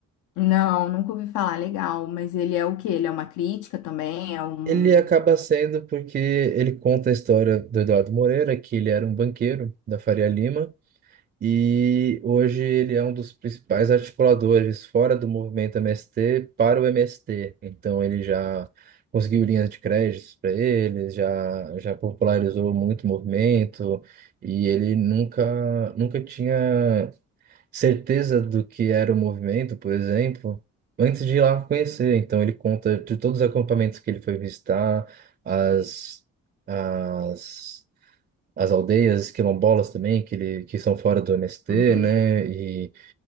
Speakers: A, on the left; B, on the right.
A: Não, nunca ouvi falar, legal, mas ele é o quê? Ele é uma crítica também? É um...
B: Ele acaba sendo porque ele conta a história do Eduardo Moreira, que ele era um banqueiro da Faria Lima e hoje ele é um dos principais articuladores fora do movimento MST para o MST. Então ele já conseguiu linhas de créditos para eles, já já popularizou muito o movimento e ele nunca nunca tinha certeza do que era o movimento, por exemplo, antes de ir lá conhecer. Então, ele conta de todos os acampamentos que ele foi visitar, as, as, as aldeias quilombolas também, que, ele, que são fora do MST,
A: Uhum.
B: né? E